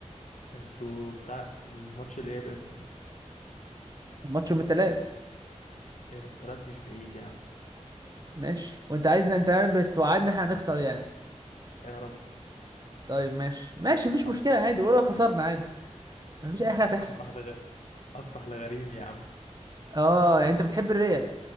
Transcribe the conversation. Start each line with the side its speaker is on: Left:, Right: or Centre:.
Left: انتوا بتاع الماتش الاياب امتى
Right: ماتش يوم التلات
Left: يوم التلات مش بعيد يا عم
Right: ماشي وانت عايزنا انت يعني بتوعدني احنا هنخسر يعني
Left: يا رب
Right: طيب ماشي ماشي مفيش
Left: افرح
Right: مشكلة عادي ولو خسرنا عادي مفيش أي حاجة هتحصل
Left: افرح لغ... افرح لغريم يا عم
Right: اه يعني انت بتحب الريال